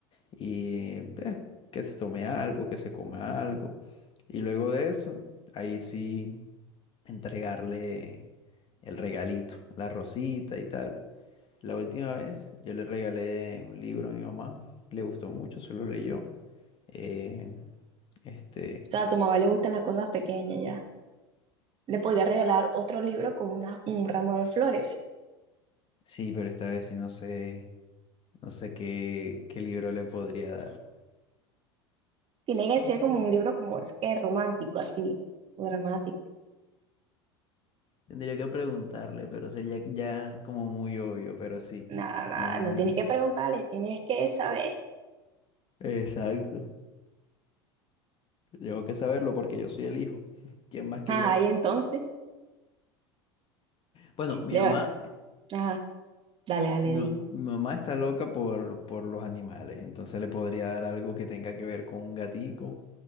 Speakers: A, on the left; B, on the right.
A: Y pues, que se tome algo, que se coma algo. Y luego de eso, ahí sí, entregarle el regalito, la rosita y tal. La última vez yo le regalé un libro a mi mamá. Le gustó mucho, se lo leyó. Eh, este,
B: o sea, a tu mamá le gustan las cosas pequeñas ya. Le podría regalar otro libro con una- un ramo de flores.
A: Sí, pero esta vez sí no sé, no sé qué, qué libro le podría dar.
B: Tiene que ser como un libro como es que romántico, así, o dramático.
A: Tendría que preguntarle, pero sería ya como muy obvio, pero sí.
B: Nada, nada,
A: Mi mamá-
B: no tienes que preguntarle, tienes que saber.
A: Exacto. Tengo que saberlo porque yo soy el hijo. <laughs> ¿Quién más que
B: Ajá,
A: yo?
B: y entonces,
A: Bueno, mi
B: le
A: mamá,
B: va, ajá, dale, dale,
A: mi,
B: di.
A: mi mamá está loca por, por los animales, entonces le podría dar algo que tenga que ver con un gatico.